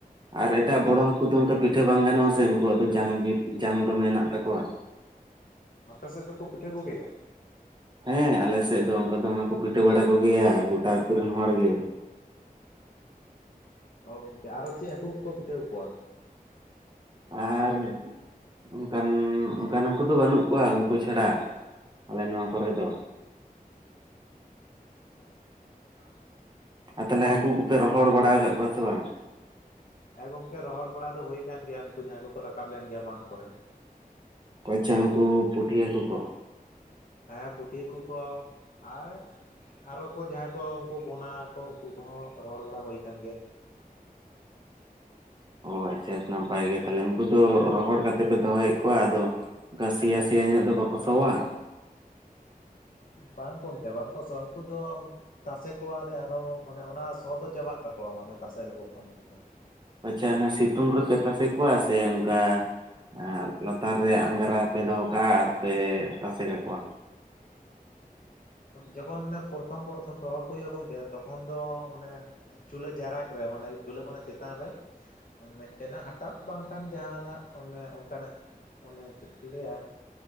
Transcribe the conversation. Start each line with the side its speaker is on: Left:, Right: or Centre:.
Right: ᱟᱨ
Left: ᱟᱯᱮ
Right: ᱮᱴᱟᱜ
Left: ᱟᱯᱮ
Right: ᱵᱚᱲᱚ ᱦᱟᱹᱠᱩ ᱫᱚ ᱚᱱᱠᱟ ᱯᱤᱴᱷᱟᱹ ᱵᱟᱝ ᱜᱟᱱᱚᱜᱼᱟ ᱥᱮ ᱩᱱᱠᱩᱣᱟᱜ ᱫᱚ ᱡᱟᱝ ᱜᱤ ᱡᱟᱝ ᱫᱚ ᱢᱮᱱᱟᱜ᱾ ᱛᱟᱠᱚᱣᱟ᱾
Left: ᱟᱯᱮ ᱥᱮᱫ ᱫᱚᱠᱚ ᱯᱤᱴᱷᱟᱹ ᱠᱚ ᱜᱮᱭᱟ?
Right: ᱦᱮᱸ ᱟᱞᱮ ᱥᱮᱫ ᱫᱚ ᱚᱱᱠᱟ ᱫᱚᱢᱮ ᱠᱚ ᱯᱤᱴᱷᱟᱹ ᱵᱟᱲᱟ ᱠᱚ ᱜᱮᱭᱟ ᱜᱚᱴᱟ ᱟᱛᱩ ᱨᱮᱱ ᱦᱚᱲ ᱜᱮ᱾
Left: ᱚ ᱜᱚᱝᱠᱮ ᱟᱨᱚ ᱪᱮᱫ ᱦᱟᱹᱠᱩ ᱠᱚᱠᱚ ᱯᱤᱴᱷᱟᱹ ᱠᱚᱣᱟ?
Right: ᱟᱨ ᱚᱱᱠᱟᱱ ᱚᱱᱠᱟᱱ ᱦᱟᱹᱠᱩ ᱫᱚ ᱵᱟᱹᱱᱩᱜ ᱠᱚᱣᱟ ᱩᱱᱠᱩ ᱪᱷᱟᱲᱟ, ᱟᱞᱮ ᱱᱚᱣᱟ ᱠᱚᱨᱮ ᱫᱚ᱾
Left: ᱚᱻ <unintelligible>
Right: ᱟᱨ ᱛᱟᱦᱚᱞᱮ ᱦᱟᱹᱠᱩ ᱠᱚᱯᱮ ᱨᱚᱦᱚᱲ ᱵᱟᱲᱟ ᱟᱠᱟᱫ ᱠᱚᱣᱟ ᱥᱮ ᱵᱟᱝ?
Left: ᱦᱮᱸ ᱜᱚᱝᱠᱮ ᱨᱚᱦᱚᱲ ᱵᱟᱲᱟ ᱫᱚ ᱦᱩᱭ ᱟᱠᱟᱱ ᱜᱮᱭᱟ, ᱩᱱᱠᱩ ᱡᱟᱦᱟᱸᱭ ᱠᱚᱠᱚ ᱨᱟᱠᱟᱵ ᱞᱮᱱ ᱜᱮᱭᱟ ᱵᱟᱸᱴᱷ ᱠᱚᱨᱮᱱ᱾
Right: ᱠᱚᱭᱪᱟᱱ ᱠᱚ ᱯᱩᱴᱷᱤ ᱦᱟᱹᱠᱩ ᱠᱚ᱾
Left: ᱦᱮᱸ ᱯᱩᱴᱷᱤ ᱦᱟᱹᱠᱩ ᱠᱚ ᱟᱨ ᱟᱨᱚ ᱠᱚ ᱡᱟᱦᱟᱸᱭ ᱠᱚ ᱩᱱᱠᱩ ᱯᱚᱱᱟ ᱠᱚ ᱩᱱᱠᱩ ᱠᱚᱦᱚᱸ ᱨᱚᱦᱚᱲ ᱵᱟᱲᱟ ᱦᱩᱭ ᱟᱠᱟᱱ ᱜᱮᱭᱟ᱾
Right: ᱚ ᱟᱪᱪᱷᱟ ᱱᱟᱯᱟᱭ ᱜᱮ ᱛᱟᱦᱞᱮ ᱩᱱᱠᱩ ᱫᱚ ᱨᱚᱦᱚᱲ ᱠᱟᱛᱮ ᱯᱮ ᱫᱚᱦᱚᱭᱮᱫ ᱠᱚᱣᱟ ᱟᱫᱚ ᱚᱱᱠᱟ ᱥᱮᱭᱟ ᱥᱮᱭᱟ ᱧᱚᱜ ᱫᱚ ᱵᱟᱠᱚ ᱥᱚᱣᱟ?
Left: ᱵᱟᱝ ᱜᱚᱢᱠᱮ, ᱵᱟᱝᱠᱚ ᱥᱚᱣᱟ ᱩᱱᱠᱩ ᱫᱚ ᱛᱟᱥᱮ ᱠᱚᱣᱟᱞᱮ ᱟᱨᱦᱚᱸ ᱢᱟᱱᱮ ᱚᱱᱟ ᱥᱚ ᱫᱚ ᱪᱟᱵᱟᱜ ᱛᱟᱠᱚᱣᱟ ᱢᱟᱱᱮ ᱛᱟᱥᱮ ᱞᱮᱠᱚ ᱠᱷᱟᱱ ᱜᱮᱠᱚ᱾
Right: ᱟᱪᱪᱷᱟ ᱚᱱᱟ ᱥᱤᱛᱩᱝ ᱨᱮᱯᱮ ᱛᱟᱥᱮ ᱠᱚᱣᱟ, ᱥᱮ ᱚᱱᱠᱟ ᱟᱨ ᱞᱟᱛᱟᱨ ᱨᱮ ᱟᱸᱜᱽᱨᱟ ᱯᱮ ᱫᱚᱦᱚ ᱠᱟᱜᱼᱟ ᱟᱨ ᱯᱮ ᱛᱟᱥᱮ ᱠᱟᱠᱚᱣᱟ?
Left: ᱡᱚᱠᱷᱚᱱ ᱚᱱᱮ ᱯᱚᱨᱛᱷᱚᱢ ᱯᱚᱨᱛᱷᱚᱢ ᱨᱚᱦᱚᱲ ᱠᱚ ᱦᱩᱭᱩᱜᱼᱟ ᱜᱚᱢᱠᱮ ᱛᱚᱠᱷᱚᱱ ᱫᱚ ᱚᱱᱮ ᱪᱩᱞᱦᱟᱹ ᱡᱟᱨᱟᱠ ᱨᱮ ᱢᱟᱱᱮ ᱪᱩᱞᱦᱟᱹ ᱠᱷᱚᱱᱟᱜ ᱪᱮᱛᱟᱱ ᱨᱮ ᱢᱮᱴᱮᱱᱟᱜ ᱦᱟᱴᱟᱣ ᱵᱟᱝ ᱠᱷᱟᱱ ᱡᱟᱦᱟᱸᱱᱟᱜ ᱚᱱᱮ ᱚᱱᱠᱟᱱᱟᱜ ᱚᱱᱮ ᱪᱮᱫ ᱠᱚ ᱞᱟᱹᱭᱟ